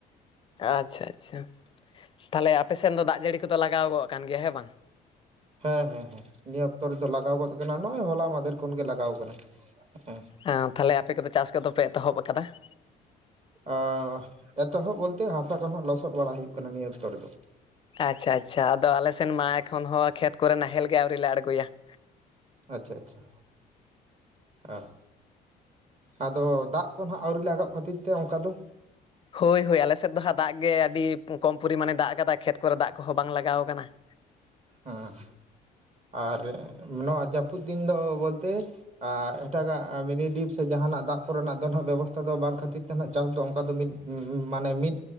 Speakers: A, on the left; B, on the right.
A: ᱟᱪᱪᱷᱟ ᱟᱪᱪᱷᱟ ᱛᱟᱦᱚᱞᱮ ᱟᱯᱮ ᱥᱮᱱ ᱫᱚ ᱫᱟᱜ ᱡᱟᱹᱲᱤ ᱠᱚᱫᱚ ᱞᱟᱜᱟᱣ ᱜᱚᱜ ᱠᱟᱱ ᱜᱮᱭᱟ ᱦᱮᱸ ᱵᱟᱝ
B: ᱦᱮᱸ ᱦᱮᱸ ᱦᱮᱸ ᱱᱤᱭᱟᱹ ᱚᱠᱛᱚ ᱨᱮᱫᱚ ᱞᱟᱜᱟᱣ ᱜᱚᱫ ᱠᱟᱱᱟ ᱱᱚᱜ-ᱚᱭ ᱦᱚᱞᱟ ᱢᱟᱫᱷᱮᱨ ᱠᱷᱚᱱ ᱜᱮ ᱞᱟᱜᱟᱣ ᱠᱟᱱᱟ ᱦᱮᱸ
A: ᱦᱮᱸᱛᱟᱦᱚᱞᱮ ᱟᱯᱮ ᱠᱚᱫᱚ ᱪᱟᱥ ᱠᱚᱫᱚᱯᱮ ᱮᱛᱚᱦᱚᱵ ᱟᱠᱟᱫᱟ ᱾
B: ᱟ ᱟ ᱮᱛᱚᱦᱚᱵ ᱵᱚᱞᱛᱮ ᱦᱟᱥᱟ ᱠᱚᱦᱟᱸᱜ ᱞᱚᱥᱚᱫ ᱵᱟᱲᱟ ᱦᱩᱭᱩᱜ ᱠᱟᱱᱟ ᱱᱤᱭᱟᱹ ᱚᱠᱛᱚ ᱨᱮᱫᱚ ᱾
A: ᱟᱪᱪᱷᱟ ᱟᱪᱪᱷᱟ ᱟᱫᱚ ᱟᱞᱮ ᱥᱮᱫ ᱢᱟ ᱮᱠᱷᱚᱱ ᱦᱚᱸ ᱠᱷᱮᱛ ᱠᱚᱨᱮ ᱱᱟᱦᱮᱞ ᱜᱮ ᱟᱹᱣᱨᱤ ᱞᱮ ᱟᱬᱜᱚᱭᱟ ᱾
B: ᱟᱪᱪᱷᱟ ᱟᱪᱪᱷᱟ! ᱟᱸ ᱟᱫᱚ ᱫᱟᱜ ᱠᱚ ᱱᱷᱟᱜ ᱟᱹᱣᱨᱤ ᱞᱟᱜᱟᱣᱜ ᱠᱷᱟᱹᱛᱤᱨ ᱛᱮ ᱚᱱᱠᱟ ᱫᱚ
A: ᱦᱳᱭ ᱦᱳᱭ ᱟᱞᱮᱥᱮᱫ ᱫᱚ ᱦᱟᱸᱜ ᱫᱟᱜ ᱜᱮ ᱟᱹᱰᱤ ᱠᱚᱢ ᱯᱚᱨᱤ ᱢᱟᱱᱮ ᱫᱟᱜ ᱟᱠᱟᱫᱟ ᱠᱷᱮᱛ ᱠᱚᱨᱮ ᱫᱟᱜ ᱠᱚᱦᱚᱸ ᱵᱟᱝ ᱞᱟᱜᱟᱣ ᱠᱟᱱᱟ ᱾
B: ᱦᱟᱸ ᱟᱨ ᱱᱚᱣᱟ ᱡᱟᱹᱯᱩᱫ ᱫᱤᱱ ᱫᱚ ᱵᱚᱞᱛᱮ <inaudible> ᱟᱸ ᱮᱴᱟᱜᱟᱜ ᱢᱤᱱᱤ ᱰᱤᱯ ᱥᱮ ᱡᱟᱦᱟᱱᱟᱜ ᱫᱟᱜ ᱠᱚᱨᱮᱱᱟᱜ ᱫᱚ ᱱᱟᱦᱟᱸᱜ ᱵᱮᱵᱚᱥᱛᱷᱟ ᱫᱚ ᱵᱟᱝ ᱠᱷᱟᱹᱛᱤᱨ ᱛᱮ ᱦᱟᱸᱜ ᱪᱟᱥ ᱫᱚ ᱚᱱᱠᱟ ᱫᱚ ᱢᱤᱫ <unintelligible> ᱢᱟᱱᱮ ᱢᱤᱫ